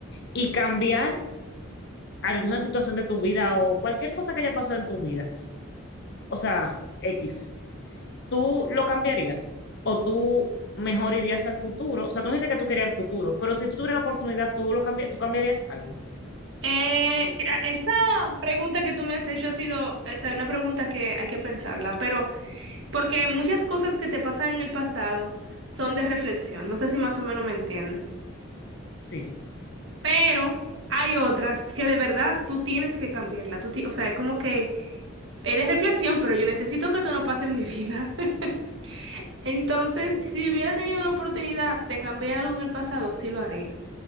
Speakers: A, on the left (about 55°); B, on the right (about 60°).
A: y cambiar alguna situación de tu vida o cualquier cosa que haya pasado en tu vida, o sea, X, ¿tú lo cambiarías? ¿O tú mejor irías al futuro? O sea, tú dijiste que tú querías al futuro, pero si tú tuvieras la oportunidad, ¿tú, lo cambi- tú cambiarías algo?
B: Eh, gra- esa pregunta que tú me has hecho ha sido, o sea, una pregunta que hay que pensarla, pero porque muchas cosas que te pasan en el pasado son de reflexión, no sé si más o menos me entiendes,
A: Sí.
B: pero hay otras que de verdad tú tienes que cambiarla, tú ti- o sea, es como que es de reflexión, pero yo necesito que esto no pase en mi vida. <laughs> Entonces, si hubiera tenido la oportunidad de cambiar algo en el pasado, sí lo haría.